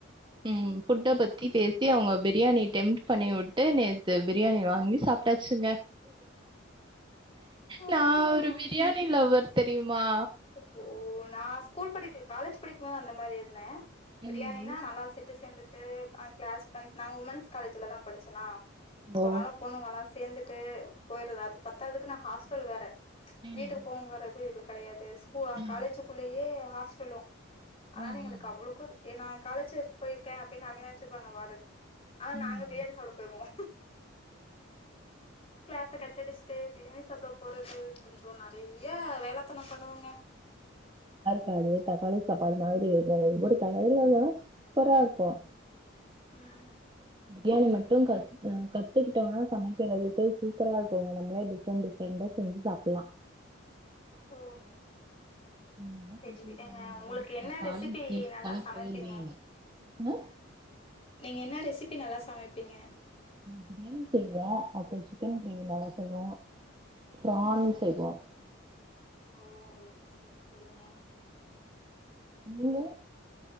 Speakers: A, on the right; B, on the left.
A: ம் ஃபுட்ட பத்தி பேசி அவுங்க பிரியாணி டெம்ப்ட் பண்ணி உட்டு நேத்து பிரியாணி வாங்கி சாப்ட்டாச்சுங்க நான்
B: ம்ஹும்
A: ஒரு பிரியாணி பிளின் லவர் தெரியுமா
B: எப்போ நான் ஸ்கூல் படிக்க காலேஜ் படிக்கும் மோது அந்த மாரி இருந்தன் பிரியானினா
A: ம்
B: நல்லா சேத் ட்டு சேந்துட்டு ஆ கிளாஸ் பிரண்ட்ஸ் நாங்க உமென்ஸ் காலேஜ்ல தான் படிச்சனா சோ
A: ஓ
B: அனால பொண்ணுங்கல்லாம் சேந்துட்டு போயறது அது பத்தாதுக்கு நான் ஹாஸ்டல் வேற
A: ம்
B: வீட்டுக்கு போங்கற ஃபிரி ஹிட்ல கெடையாது கு ஆ
A: ம்
B: காலேஜிக்குள்ளேயே ஹாஸ்டலும் அதான
A: ம்
B: எங்களுக்கு
A: ம்
B: அவ்ளோ கூது ஏ நான் காலேஜிக்கு போயிருக்கேன் அப்டின்னு அவங்க நெனச்சிப்பாங்க வாடன் ஆனா
A: ம்
B: நாங்க பிரியாணி சாப்பட போயிருவோம் கிளாஸ கட்டடிச்சுட்டு பிரியாணி சாப்பட போறது கொஞ்சோம் நறை யா வேலத்தனம் பண்ணுவங்க
A: காது தக்காளி சாப்பாடு மாதிரி இருக்கும் ஒவ்வொரு கடையிலல்லா சூப்பரா இருக்கும்
B: ம்
A: பிரியாணி மட்டு க கத்துக்கிட்டோம்னா சமைக்கிறதுறதுக்கு சூப்பரா இருக்கும்ங்க நம்மளே டிஃப்ரெண்ட் டிஃப்ரெண்டா செஞ்சு சாப்டலா
B: ஓ
A: ங்க மறுபடியு
B: செரி விடுங்க உங்களுக்கு
A: அவங்க
B: என்ன
A: கால
B: ரெசிபி
A: சே
B: நல்லா
A: கால
B: சமைப்பீங்க
A: போயிருவீங்க ஆ
B: நீங்க என்ன ரெசிபி நல்லா சமைப்பீங்க
A: பிரியாணி செய்வோ அப்புறம் சிக்கன் கிரேவி நல்லா செய்வோ ப்ரான்
B: ம்
A: செய்வோ
B: ஓ செரி செரிங்க
A: நீங்க